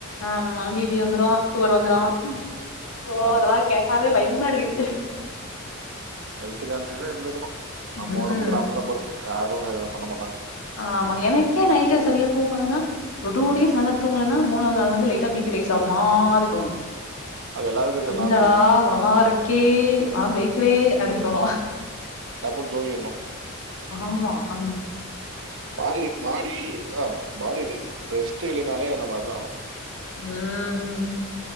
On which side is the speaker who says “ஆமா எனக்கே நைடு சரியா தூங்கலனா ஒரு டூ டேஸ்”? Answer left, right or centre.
Left